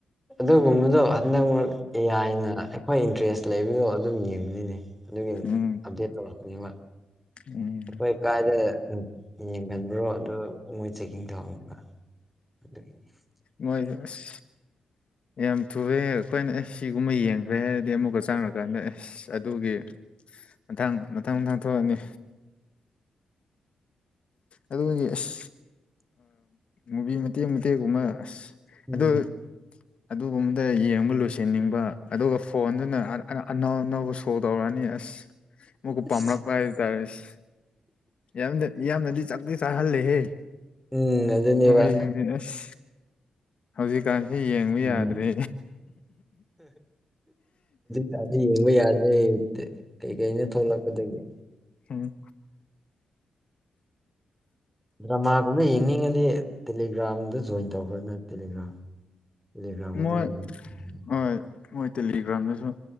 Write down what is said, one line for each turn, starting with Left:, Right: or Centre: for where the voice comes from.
Centre: ꯑꯗꯨꯒꯨꯝꯕꯗꯣ ꯍꯟꯗꯛ ꯃꯔ ꯌꯥꯏꯅ ꯑꯩꯈꯣꯏ ꯏꯟꯇꯔꯦꯁ ꯂꯩꯕꯗꯣ ꯑꯗꯨꯝ ꯌꯦꯡꯕꯅꯤꯅꯦ ꯑꯗꯨꯒꯤ
Left: ꯎꯝ
Centre: ꯑꯞꯗꯦꯠ ꯇꯧꯔꯛꯄꯅꯦꯕ
Left: ꯎꯝ
Centre: ꯑꯩꯈꯣꯏ ꯀꯥꯏꯗ ꯌꯦꯡꯒꯟꯕ꯭ꯔꯣ ꯑꯗꯨ ꯃꯣꯏ ꯆꯦꯛꯀꯤꯡ ꯇꯧꯍꯟꯅꯤꯡꯕ ꯑꯗꯨꯒꯤꯅꯤ
Left: ꯃꯣꯏꯗ ꯑꯁ ꯌꯥꯝ ꯊꯨꯑꯦ ꯑꯩꯈꯣꯏꯅ ꯁꯤꯒꯨꯝꯕ ꯌꯦꯡꯉ ꯐꯩ ꯍꯥꯏꯔꯗꯤ ꯑꯃꯨꯛꯀ ꯆꯥꯡꯔꯀꯥꯟꯗ ꯑꯦꯁ ꯑꯗꯨꯒꯤ ꯃꯊꯪ ꯃꯊꯪ ꯃꯊꯪ ꯊꯣꯛꯑꯅꯤ ꯑꯗꯨꯒꯤ ꯑꯁ ꯃꯨꯚꯤ ꯃꯇꯦꯛ ꯃꯇꯦꯛꯒꯨꯝꯕ ꯑꯁ
Centre: ꯎꯝ
Left: ꯑꯗꯨ ꯑꯗꯨꯒꯨꯝꯕꯗ ꯌꯦꯡꯕ ꯂꯣꯏꯁꯟꯅꯤꯡꯕ ꯑꯗꯨꯒ ꯐꯣꯟꯗꯨꯅ ꯑꯅꯧ ꯑꯅꯧꯕ ꯐꯣ ꯇꯧꯔꯛꯑꯅꯤ ꯑꯁ ꯃꯣꯏꯀ
Centre: ꯑꯁ
Left: ꯄꯥꯝꯂꯛꯄ ꯍꯥꯏꯇꯥꯔꯦ ꯑꯁ ꯌꯥꯝ ꯌꯥꯝꯅꯗꯤ ꯆꯥꯛꯇꯤ ꯆꯥꯍꯜꯂꯦꯍꯦ
Centre: ꯎꯝ ꯑꯗꯨꯅꯦꯕ
Left: ꯍꯣꯏꯗꯤ ꯑꯁ ꯍꯧꯖꯤꯛꯀꯥꯟꯁꯤ ꯌꯦꯡꯕ
Centre: ꯎꯝ
Left: ꯌꯥꯗ꯭ꯔꯦ
Centre: ꯀꯗꯤ ꯌꯦꯡꯕ ꯌꯥꯗ꯭ꯔꯦ ꯀꯩ ꯀꯩꯅ ꯊꯣꯛꯂꯛꯀꯗꯒꯦ
Left: ꯍꯝ
Centre: ꯗ꯭ꯔꯃꯥꯒꯨꯝꯕ ꯌꯦꯡꯅꯤꯡꯉꯗꯤ ꯇꯦꯂꯤꯒ꯭ꯔꯥꯝꯗ ꯖꯣꯏꯟ ꯇꯧꯍꯅ ꯇꯦꯂꯤꯒ꯭ꯔꯥꯝ <unintelligible>
Left: ꯃꯣꯏ ꯍꯣꯏ ꯃꯣꯏ ꯇꯦꯂꯤꯒ꯭ꯔꯥꯝꯗꯁꯨ